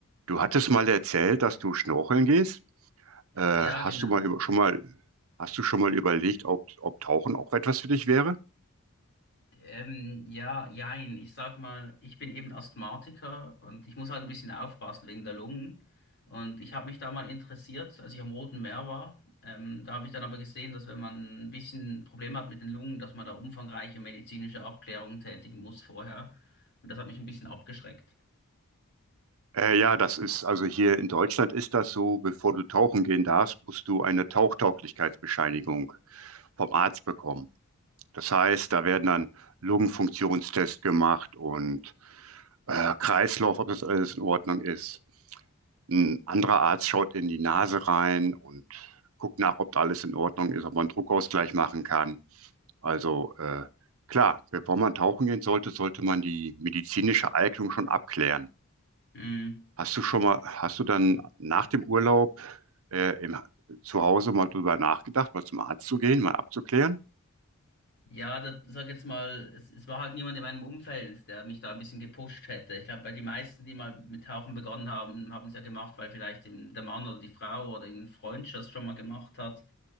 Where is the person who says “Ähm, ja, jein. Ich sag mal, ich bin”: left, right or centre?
Left